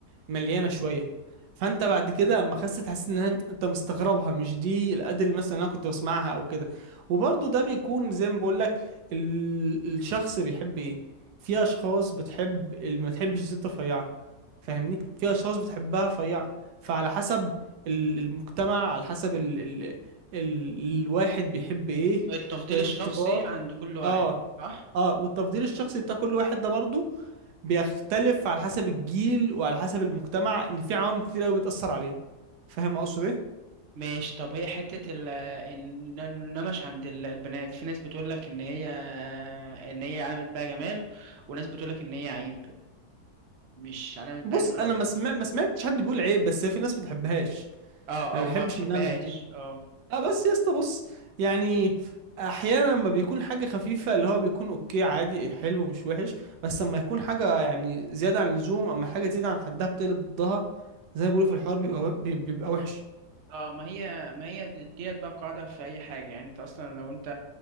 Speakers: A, on the right (about 80°); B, on the right (about 60°).
A: مليانه شويه فانت بعد كده اما خست حسيت انها انت مستغربها مش دي الادل مثلا اللي انا كنت بسمعها او كده وبرضه ده بيكون زي ما بقول لك ال... الشخص بيحب ايه في اشخاص بتحب اللي ما تحبش الست رفيعه فاهمني في اشخاص بتحبها رفيعه فعلى حسب ال- المجتمع على حسب ال... ال... ال... الواحد بيحب ايه
B: التفضيل
A: آه،
B: الشخصي
A: الطباع
B: عند كل واحد
A: اه
B: صح
A: اه والتفضيل الشخصي بتاع كل واحد ده برضه بيختلف على حسب الجيل وعلى حسب المجتمع ان في عوامل كتير قوي بتأثر عليه فاهم اقصد ايه
B: ماشي طب هي حتة ال- إن- النمش عند ال- البنات في ناس بتقول لك إن هي إن هي علامة بقى جمال وناس بتقول لك إن هي عيب مش علامة
A: بص
B: بقى جمال
A: انا
B: ولا
A: ما
B: حاجة
A: سمع... ما سمعتش حد بيقول عيب بس في ناس ما بتحبهاش
B: اه
A: انا
B: او
A: ما بحبش
B: ما بتحبهاش
A: النمش دي
B: اه
A: اه بس يا اسطى بص يعني احيانا لما بيكون حاجه خفيفه اللي هو بيكون اوكي عادي إيه حلو مش وحش بس لما يكون حاجه يعني زياده عن اللزوم اما حاجه تزيد عن حدها بتقلب ضدها زي ما بيقولوا في الحوار بيبقى, بي- بيبقى وحش
B: اه ما هي ما هي دي- ديت بقى قاعدة في أي حاجة يعني أنت أصلا لو أنت